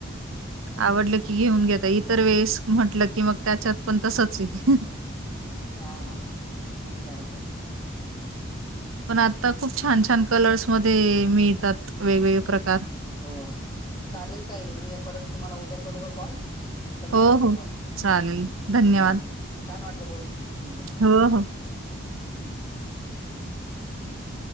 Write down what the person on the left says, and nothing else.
हा हा मग काय तर.
हो चालेल ताई, मी परत तुम्हाला उद्या करू का कॉल? आता
मला जरा,
झाले छान वाट बोलून एकदम
<unintelligible>